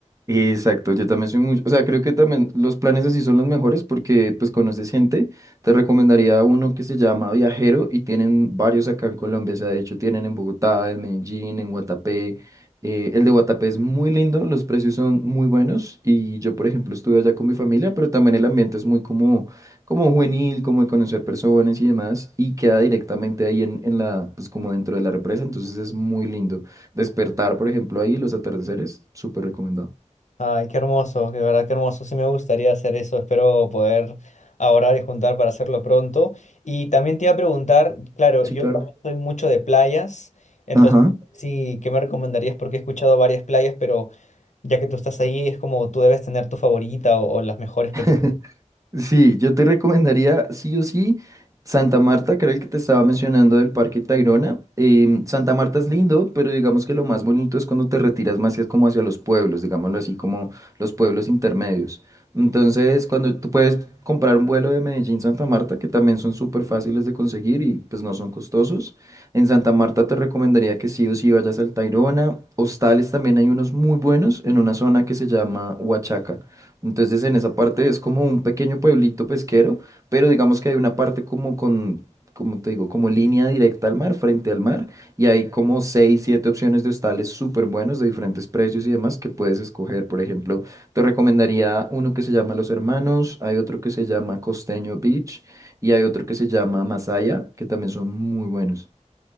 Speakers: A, on the right; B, on the left.
A: Exacto, yo también soy mucho, o sea, creo que también los planes así son los mejores porque pues conoces gente, te recomendaría uno que se llama Viajero y tienen varios acá en Colombia, o sea, de hecho tienen en Bogotá, en Medellín, en Guatapé, eh, el de Guatapé es muy lindo, los precios son muy buenos y yo por ejemplo estuve allá con mi familia, pero también el ambiente es muy como, como juvenil, como de conocer personas y demás y queda directamente ahí en, en la, pues como dentro de la represa, entonces es muy lindo. Despertar por ejemplo ahí, los atardeceres, súper recomendado.
B: Ay, qué hermoso, de verdad qué hermoso. Sí me gustaría hacer eso. Espero poder ahorrar y juntar para hacerlo pronto. Y también te iba a preguntar, claro,
A: Sí,
B: yo
A: claro.
B: también soy mucho de playas, entonces
A: Ajá.
B: sí, ¿qué me recomendarías? Porque he escuchado varias playas, pero ya que tú estás ahí, es como tú debes tener tu favorita o, o las mejores
A: <laughs>
B: que tú.
A: Sí, yo te recomendaría sí o sí Santa Marta, que era el que te estaba mencionando del Parque Tayrona. Em, Santa Marta es lindo, pero digamos que lo más bonito es cuando te retiras más hacia- como hacia los pueblos, digámoslo así, como los pueblos intermedios. Entonces, cuando tú puedes comprar un vuelo de Medellín Santa Marta, que también son súper fáciles de conseguir y pues no son costosos. En Santa Marta te recomendaría que sí o sí vayas al Tayrona. Hostales también hay unos muy buenos en una zona que se llama Huachaca. Entonces en esa parte es como un pequeño pueblito pesquero, pero digamos que hay una parte como con, como te digo, como línea directa al mar, frente al mar, y hay como seis, siete opciones de hostales súper buenos de diferentes precios y demás que puedes escoger. Por ejemplo, te recomendaría uno que se llama Los Hermanos, hay otro que se llama Costeño Beach y hay otro que se llama Masaya, que también son muy buenos.